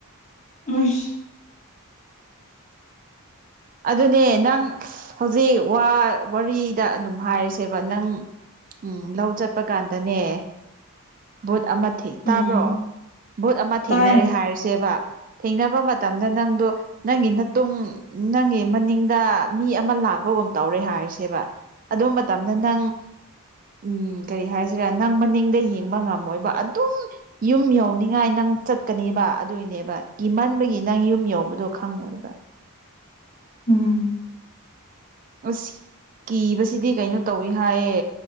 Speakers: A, on the left; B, on the right.
A: ꯑꯩꯁ
B: ꯑꯗꯨꯅꯦ ꯅꯪ ꯍꯧꯖꯤꯛ ꯋꯥ ꯋꯥꯔꯤꯗ ꯑꯗꯨꯝ ꯍꯥꯏꯔꯁꯦꯕ ꯅꯪ ꯎꯝ ꯂꯧ ꯆꯠꯄ ꯀꯥꯟꯗꯅꯦ ꯚꯨꯠ ꯑꯃ ꯊꯦ
A: ꯎꯝ
B: ꯇꯥꯕ꯭ꯔꯣ ꯚꯨꯠ ꯑꯃ ꯊꯦꯡꯅꯔꯦ
A: ꯇꯥꯏ
B: ꯍꯥꯏꯔꯁꯦꯕ ꯊꯦꯡꯅꯕ ꯃꯇꯝꯗ ꯅꯪꯗꯣ ꯅꯪꯒꯤ ꯅꯇꯨꯡ ꯅꯪꯒꯤ ꯃꯅꯤꯡꯗ ꯃꯤ ꯑꯃ ꯂꯥꯛꯄꯒꯨꯝ ꯇꯧꯔꯦ ꯍꯥꯏꯔꯁꯦꯕ ꯑꯗꯨ ꯃꯇꯝꯗ ꯅꯪ ꯎꯝ ꯀꯔꯤ ꯍꯥꯏꯁꯤꯔꯦ ꯅꯪ ꯃꯅꯤꯡꯗ ꯌꯦꯡ ꯕ ꯉꯝꯃꯣꯏꯕ ꯑꯗꯨꯝ ꯌꯨꯝ ꯌꯧꯅꯤꯉꯥꯏ ꯅꯪ ꯆꯠꯀꯅꯦꯕ ꯑꯗꯨꯏꯅꯦꯕ ꯀꯤꯃꯟꯕꯒꯤ ꯅꯪ ꯌꯨꯝ ꯌꯧꯕꯗꯣ ꯈꯪꯉꯣꯏꯕ
A: ꯎꯝ
B: ꯑꯁ ꯀꯤꯕꯁꯤꯗꯤ ꯀꯩꯅꯣ ꯇꯧꯋꯤ ꯍꯥꯏꯌꯦ